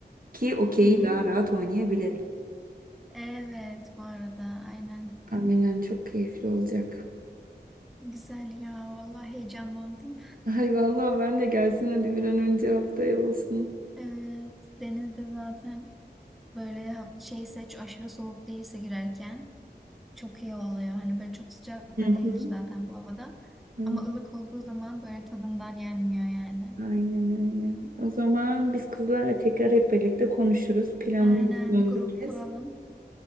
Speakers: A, on the right; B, in the centre.
A: ki okeyi
B: Hı hı.
A: daha rahat oynayabilelim.
B: Evet bu arada aynen.
A: Aynen çok keyifli olacak.
B: Güzel ya vallahi heyecanlandım.
A: Ay vallahi ben de gelsin hadi bir an önce haftaya olsun.
B: Evet denizde zaten böyle ha- şeyse aşırı soğuk değilse girerken çok iyi oluyor. Hani böyle çok sıcak
A: Hı
B: da
A: hı.
B: değil zaten bu havada.
A: Aynen.
B: Ama ılık olduğu zaman böyle tadından yenmiyor yani.
A: Aynen öyle. O zaman biz kızlarla tekrar hep birlikte konuşuruz, planlarız
B: Aynen
A: son
B: bir grup
A: bir kez.
B: kuralım.